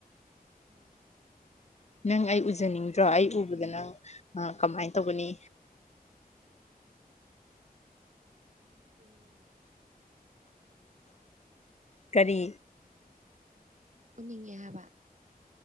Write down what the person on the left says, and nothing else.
ꯅꯪꯑꯩ ꯎꯖꯅꯤꯡꯗ꯭ꯔꯣ ꯑꯩ ꯎꯕꯗ ꯅꯪ ꯀꯃꯥꯏ ꯇꯧꯒꯅꯤ
ꯀꯔꯤ